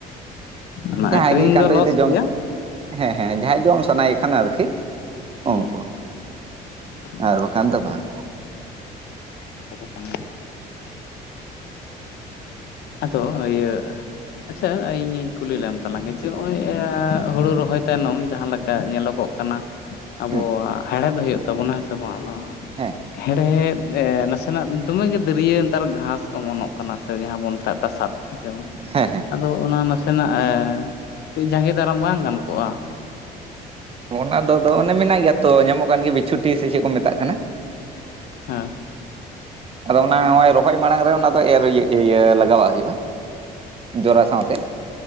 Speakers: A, on the left; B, on the right.
A: ᱚᱱᱟ
B: ᱡᱟᱦᱟᱸᱭ
A: ᱟᱠᱷᱨᱤᱧ
B: ᱜᱮ ᱮᱠᱟᱱᱛᱚ
A: ᱫᱚ ᱞᱚᱥ
B: ᱡᱩᱫᱤ ᱡᱚᱢ
A: ᱜᱮᱭᱟ
B: ᱥᱮ, ᱦᱮᱸ ᱦᱮᱸ ᱡᱟᱦᱟᱸᱭ ᱡᱚᱢ ᱥᱟᱱᱟᱭᱮ ᱠᱷᱟᱱ ᱟᱨᱠᱤ᱾
A: ᱦᱩᱸ
B: ᱚ ᱦᱚ,
A: ᱮᱵᱟᱨᱮ
B: ᱟᱨ ᱵᱟᱠᱷᱟᱱ ᱫᱚ ᱵᱟᱝ᱾
A: ᱠᱟᱛᱷᱟ ᱫᱚ ᱠᱟᱱ ᱜᱮᱭᱟ᱾ ᱟᱫᱚ ᱤᱭᱟᱹ ᱟᱪᱪᱷᱟ ᱤᱧᱤᱧ ᱠᱩᱞᱤ ᱞᱮᱢ ᱛᱟᱞᱟᱝ ᱜᱮ, ᱡᱮ ᱱᱚᱜ-ᱚᱭ ᱦᱩᱲᱩ ᱨᱚᱦᱚᱭ ᱛᱟᱭᱱᱚᱢ ᱡᱟᱦᱟᱸ ᱞᱟᱠ ᱠᱟ ᱧᱮᱞᱚᱜᱚᱜ ᱠᱟᱱᱟ ᱟᱵᱚᱣᱟᱜ
B: ᱦᱮᱸ
A: ᱦᱮᱲᱦᱮᱫ ᱦᱩᱭᱩᱜ ᱛᱟᱵᱚᱱᱟ ᱦᱮᱸ ᱥᱮ ᱵᱟᱝ ‌ᱱᱚᱣᱟ
B: ᱦᱮᱸ
A: ᱦᱮᱲᱦᱮᱫ ᱮᱻ ᱱᱟᱥᱮᱱᱟᱜ ᱫᱚᱢᱮ ᱜᱮ ᱫᱟᱹᱨᱭᱟᱹ ᱱᱮᱛᱟᱨ ᱜᱷᱟᱸᱥ ᱚᱢᱚᱱᱚᱜ ᱠᱟᱱᱟ ᱥᱮ ᱡᱟᱦᱟᱸ ᱵᱚᱱ ᱢᱮᱛᱟᱜ ᱛᱟᱥᱟᱫ ᱦᱮᱸ ᱥᱮ ᱵᱟᱝ,
B: ᱦᱮᱸ ᱦᱮᱸ
A: ᱟᱫᱚ ᱚᱱᱟ ᱱᱟᱥᱮ ᱥᱮᱱᱟᱜ ᱮᱻ, ᱠᱟᱺᱡ ᱡᱟᱸᱜᱮ ᱫᱟᱨᱟᱢ ᱵᱟᱝ ᱜᱟᱱ ᱠᱚᱜ-ᱟ?
B: ᱚᱱᱟ ᱫᱚ ᱟᱫᱚ, ᱚᱱᱮ ᱢᱮᱱᱟᱜ ᱜᱮᱭᱟ ᱛᱚ ᱧᱟᱢᱚᱜ ᱠᱟᱱ ᱜᱮᱭᱟ ᱵᱤᱪᱷᱩᱴᱤ ᱥᱮ ᱪᱮᱫ ᱠᱩ ᱢᱮᱛᱟᱜ ᱠᱟᱱᱟ?
A: ᱦᱮᱸ᱾
B: ᱟᱫᱚ ᱚᱱᱟ ᱱᱚᱜ-ᱚᱭ ᱨᱚᱦᱚᱭ ᱢᱟᱲᱟᱝ ᱨᱮ ᱚᱱᱟ ᱫᱚ ᱮᱨ ᱤᱭᱟᱹ ᱞᱟᱜᱟᱣᱟᱜ ᱦᱩᱭᱩᱜ-ᱟ᱾ ᱡᱚᱨᱟ ᱥᱟᱶᱛᱮ,